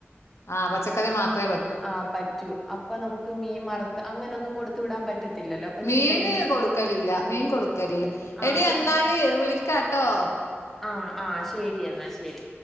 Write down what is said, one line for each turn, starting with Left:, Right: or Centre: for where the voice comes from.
Left: ആഹ് പച്ചക്കറി മാത്രെ പ
Centre: ആഹ് പറ്റൂ, അപ്പൊ നമുക്ക് മീൻ വറത്ത് അങ്ങനെന്നും കൊടുത്ത് വിടാൻ പറ്റത്തില്ലല്ലോ അപ്പൊ
Left: മീന്
Centre: ചിക്കൻ മേടിച്ച്
Left: കൊടുക്കലില്ല മീൻ കൊടുക്കലില്ല.
Centre: ആ
Left: എടി
Centre: അപ്പൊ
Left: എന്നാല് വിളിക്കാട്ടോ
Centre: ആഹ് ആഹ് ശരി എന്നാ ശരി